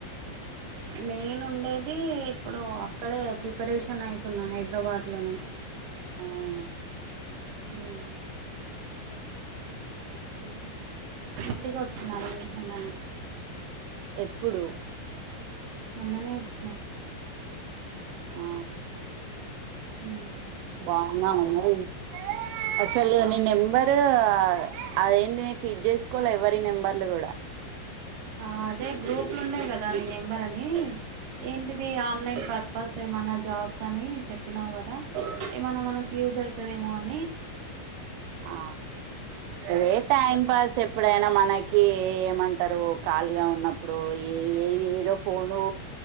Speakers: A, on the right; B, on the right.
A: నేను ఉండేది ఇప్పుడు అక్కడే ప్రిపరేషన్ అవుతున్నా హైదరాబాద్ లోని
B: అవును
A: అదా
B: హుహ్
A: ఇంటికి వచ్చింనా ని మొన్ననే
B: ఎప్పుడు
A: మొన్ననే వచ్చిన
B: ఆ
A: ఉ
B: బావున్నవా అమ్మాయి అసలు
A: బాగున్నా
B: నీ నెంబరు అదేం నేను ఫీడ్ చేసుకోలె ఎవ్వరి నెంబర్లు కూడా.
A: ఆ అదే గ్రూపుల ఉండే కదా నీ నెంబర్ అని, ఏంటిది ఆన్లైన్ పర్పస్ ఏమన్నా జాబ్స్ అని చెప్పినవు కదా. ఎ అ మనకి యూస్ అయిత మ <inaudible>
B: అ అదే టైం పాస్ ఎప్పుడైనా మనకి ఏమంటారు ఖాళీగా ఉన్నప్పుడు ఏ ఏ ఏదో ఫోను